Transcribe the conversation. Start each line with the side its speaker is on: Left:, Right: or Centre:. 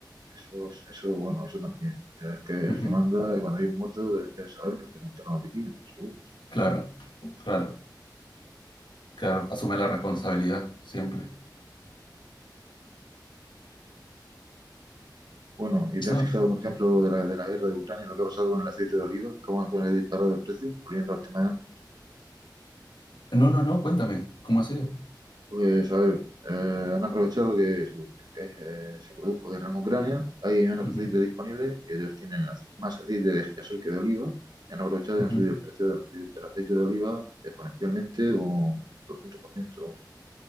Right: Eso, es- eso, bueno, eso también. Es que el
Left: Ujú,
Right: que manda, y cuando hay un muerto, debe debe saberlo, que no te lo notifican, seguro.
Left: Claro, claro, claro, asume la responsabilidad siempre.
Right: Bueno, ¿y
Left: Eso,
Right: te has fijado, por ejemplo, de la, de la guerra de Ucrania, lo que ha pasado con el aceite de oliva? ¿Cómo se ha disparado el precio? Volviendo al tema de antes.
Left: no, no, no, cuéntame, ¿cómo ha sido?
Right: Pues, a ver, eh, han aprovechado que, su- que, eh, se produjo guerra en Ucrania, hay menos
Left: Ujú,
Right: aceite disponible, y ellos tienen as- más aceite de girasol que de oliva, y han aprovechado y
Left: ujú.
Right: han subido el precio del aceite, del aceite de oliva exponencialmente un 200%,